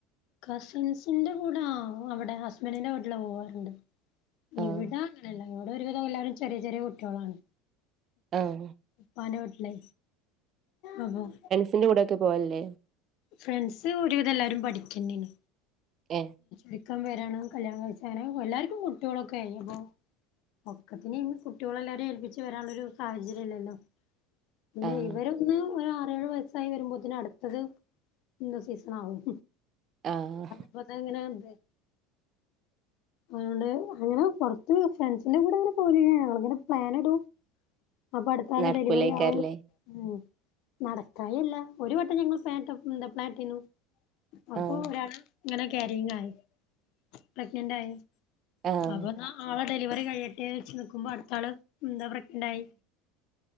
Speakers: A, on the left; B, on the right.
A: കസിൻസ്ന്റെ കൂടെ ആഹ് നമ്മ്ടെ ഹസ്ബന്റിന്റെ വീട്ട്ല് പോവാറ്ണ്ട്
B: ആഹ്
A: ഇവ്ടാ അങ്ങനെല്ലാ ഇവ്ടെ ഒരുവിധം എല്ലാരും ചെറ്യെ ചെറ്യേ കുട്ട്യോളാണ്
B: ആഹ്
A: പ്പാന്റെ വീട്ട്ലേ അപ്പം
B: ന്റെ കൂടെ ഒക്കെ പോവൽല്ലേ
A: ഫ്രണ്ട്സ് ഒര് വിധം എല്ലാരും പഠിക്കെന്നേണ്
B: ഏഹ്
A: ബിക്കം വരണം കല്യാണം കഴിച്ച് അങ്ങനെ എല്ലാര്ക്കും കുട്ട്യോളൊക്കേയ് ഞ്ഞിപ്പോ ഒക്കെത്തിനി അയ്ന് കുട്ട്യോളെല്ലാരിം ഏൽപ്പിച്ച് വരാനാെരു സാഹചര്യംല്ലല്ലോ പിന്നെ
B: ആഹ്
A: ഇവരും ഇന്ന് ഒരാറേഴ് വയസ്സായി വരുമ്പോത്ത്ന് അട്ത്തത് ഇന്ന് സീസണാവും
B: ആഹ് ആഹ്
A: അപ്പൊ തങ്ങനെ ത്
B: <inaudible>
A: അതുകൊണ്ട് അങ്ങനെ പൊർത്ത് ഫ്രണ്ട്സിന്റെ കൂടെ അങ്ങനെ പോല് ഞങ്ങളങ്ങനെ പ്ലാന്ടും അപ്പട്ത്താള്
B: നടക്കൂലേക്കാരല്ലേ
A: ഡെലിവറി ആവൂലേ ഉം നടക്കായല്ല ഒര് വട്ടം ഞങ്ങൾ പ്ലാൻട്ട എന്താ പ്ലാട്ടീന്നു അപ്പൊ
B: ആഹ്
A: ഒരാള് ഇങ്ങനെ കാരീങ്ങായി പ്രഗ്നന്റായ്
B: ആഹ്
A: അപ്പൊന്നാ ആളെ ഡെലിവറി കയ്യട്ടെന്ന് വെച്ച് നിക്ക്മ്പോ അട്ത്താള് ന്താ പ്രഗ്നന്റായി